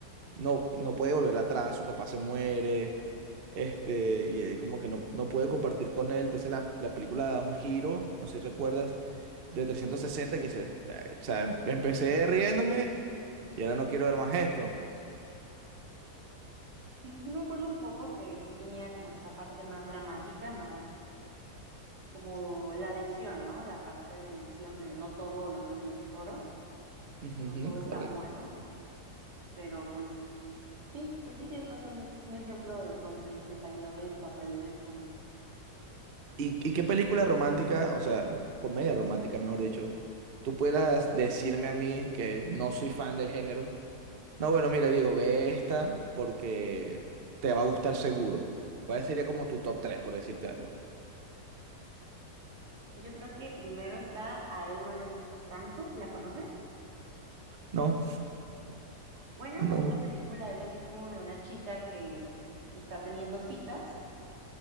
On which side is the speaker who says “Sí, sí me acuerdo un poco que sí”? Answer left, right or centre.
Right